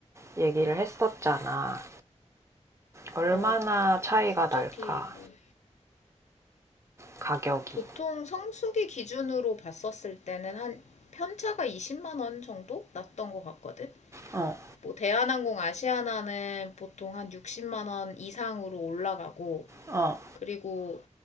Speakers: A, on the right (about 25°); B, on the left (about 70°).
A: 얘기를 했었잖아. 얼마나
B: 어,
A: 차이가
B: 국적이
A: 날까
B: 뭐
A: 가격이.
B: 보통 성수기 기준으로 봤었을 때는 한 편차가 20만 원 정도 났던 것 같거든.
A: 어,
B: 뭐 대한항공 아시아나는 보통 한 60만 원 이상으로 올라가고
A: 어,
B: 그리고